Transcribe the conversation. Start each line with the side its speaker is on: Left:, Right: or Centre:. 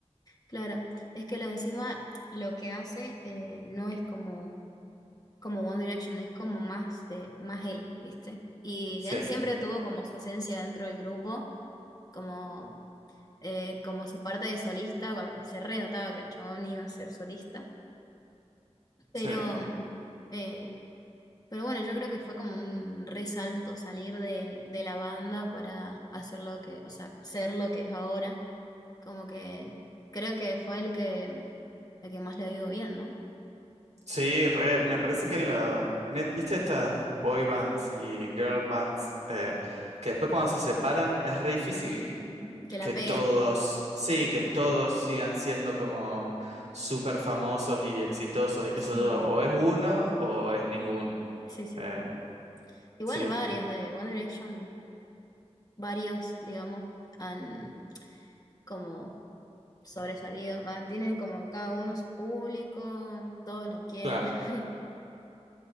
Left: Claro, es que lo de encima lo que hace eh, no es como, como One Direction, es como más de, más él, ¿viste? Y
Right: Sí,
Left: él siempre tuvo como su esencia dentro del grupo, como, eh, como su parte de solista, se re notaba que el chabón iba a ser solista, pero
Right: sí.
Left: mm, eh, Pero bueno, yo creo que fue como un resalto salir de, de la banda para hacer lo que, o sea, ser lo que es ahora. Como que creo que fue el que, el que más le ha ido bien, ¿no?
Right: Sí, re, me parece que en la, en e- viste estas boy bands y girl bands eh, que después cuando se separan es re difícil
Left: Que
Right: que
Left: la
Right: todos,
Left: peguen.
Right: sí, que todos sigan siendo como súper famosos y exitosos y qué
Left: Sí,
Right: sé yo, o es uno o es ninguno.
Left: sí, sí.
Right: Eh,
Left: sí. Igual
Right: sí,
Left: varios de One Direction, varios, digamos, han como sobresalido. Ah, tienen como cada uno su público, todos los quieren.
Right: claro,
Left: <laughs>